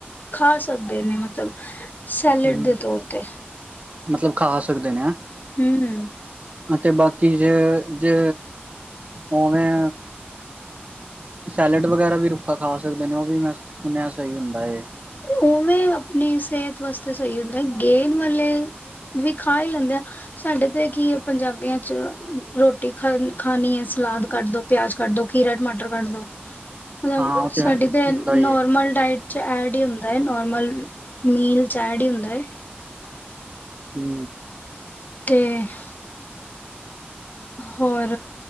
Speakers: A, on the left; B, on the right.
A: ਖਾ ਸਕਦੇ ਨੇ ਮਤਲਬ ਸੈਲਡ
B: ਹਮ
A: ਦੇ ਤੌਰ ਤੇ
B: ਮਤਲਬ ਖਾ ਸਕਦੇ ਨੇ ਹੈਂ
A: ਹੂੰ-ਹੂੰ।
B: ਅਤੇ ਬਾਕੀ ਜੇ ਜੇ ਉਵੇਂ ਸੈਲਡ ਵਗੈਰਾ ਵੀ ਰੁੱਖਾ ਖਾ ਸਕਦੇ ਨੇ, ਉਹ ਵੀ ਮੈਂ ਸੁਣਿਆ ਸਹੀ ਹੁੰਦਾ ਹੈ।
A: ਉਵੇਂ ਆਪਣੀ ਸਿਹਤ ਵਾਸਤੇ ਸਹੀ ਹੁੰਦਾ, ਗੇਂਦ ਵਾਲੇ ਵੀ ਖਾ ਹੀ ਲੈਂਦੇ ਆ, ਸਾਡੇ ਤੇ ਕੀ ਪੰਜਾਬੀਆਂ 'ਚ ਰੋਟੀ ਰੋਟੀ ਖਾ ਖਾਣੀ ਏ। ਸਲਾਦ ਕੱਟ ਦੋ, ਪਿਆਜ ਕੱਟ ਦੋ, ਖੀਰਾ- ਟਮਾਟਰ ਕੱਟ ਦੋ। ਮਤਲਬ
B: ਹਾਂ ਉਹ
A: ਸਾਡੀ
B: ਹੁੰਦਾ
A: ਤੇ ਨੋਰਮਲ
B: ਹੀ ਹੈ
A: ਡਾਇਟ। ਚ ਐਡ ਹੀ ਹੁੰਦਾ ਏ, ਨੋਰਮਲ ਮੀਲ ਚ ਐਡ ਈ ਹੁੰਦਾ ਏ।
B: ਹੂੰ
A: ਅਤੇ <inaudible> ਹੋਰ,